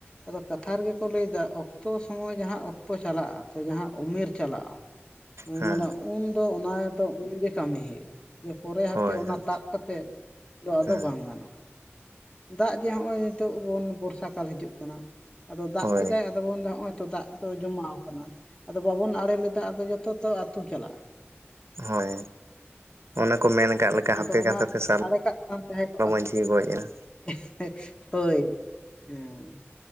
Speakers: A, on the left; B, on the right.
A: ᱟᱫᱚ ᱠᱟᱛᱷᱟ ᱨᱮᱜᱮ ᱠᱚ ᱞᱟᱹᱭ ᱮᱫᱟ ᱚᱠᱛᱚ ᱥᱚᱢᱚᱭ ᱡᱟᱦᱟᱸ ᱚᱠᱛᱚ ᱪᱟᱞᱟᱜᱼᱟ ᱥᱮ ᱡᱟᱦᱟᱸ ᱩᱢᱮᱨ ᱪᱟᱞᱟᱜᱼᱟ ᱼᱼ
B: ᱦᱮᱸ
A: ᱢᱟᱱᱮ ᱩᱱ ᱫᱚ ᱚᱱᱟ ᱫᱚ ᱩᱱ ᱜᱮ ᱼᱼ ᱠᱟᱹᱢᱤ ᱦᱩᱭᱩᱜᱼᱟ ᱡᱮ ᱯᱚᱨᱮ ᱦᱟᱯᱮ
B: ᱦᱳᱭ ᱦᱳᱭ
A: ᱚᱱᱟ ᱛᱟᱵ ᱠᱟᱛᱮᱜ ᱫᱚ ᱟᱫᱚ
B: ᱦᱮᱸ
A: ᱵᱟᱝ ᱜᱟᱱᱚᱜᱼᱟ। ᱫᱟᱜ ᱡᱮ ᱦᱚᱸᱜᱼᱚᱭ ᱱᱤᱛᱚᱜ ᱵᱚᱱ ᱵᱚᱨᱥᱟ ᱠᱟᱞ ᱦᱤᱡᱩᱜ ᱠᱟᱱᱟ᱾ ᱟᱫᱚ ᱫᱟᱜ
B: ᱦᱳᱭ
A: ᱠᱮᱫᱟᱭ᱾ ᱟ ᱵᱚᱱ <unintelligible> ᱦᱚᱜ ᱚᱭ ᱛᱚ ᱫᱟᱜ ᱫᱚ ᱡᱚᱢᱟᱣ ᱠᱟᱱᱟ ᱟᱫᱚ ᱵᱟᱵᱚᱱ ᱟᱲᱮ ᱞᱮᱫᱟ ᱟᱫᱚ ᱡᱚᱛᱚ ᱛᱚ ᱟᱹᱛᱩ ᱪᱟᱞᱟᱜᱼᱟ।
B: ᱦᱳᱭ ᱚᱱᱟ ᱠᱚ ᱢᱮᱱ ᱟᱠᱟᱫ ᱞᱮᱠᱟ <unintelligible> ᱚᱱᱠᱟ
A: ᱟᱫᱚ
B: <unintelligible> ᱦᱟᱯᱮ
A: ᱚᱱᱟ
B: ᱠᱟᱛᱷᱟᱛᱮ ᱥᱟᱞᱚ
A: ᱟᱲᱮ ᱠᱟᱜ ᱠᱟᱱ
B: <inaudible>
A: ᱛᱟᱦᱮᱸ ᱠᱚᱜᱼᱟ
B: ᱢᱟᱺᱡᱷᱤᱭ <unintelligible> ᱜᱚᱡ ᱮᱱᱟ।
A: <unintelligible> ᱦᱳᱭ ᱦᱮᱸ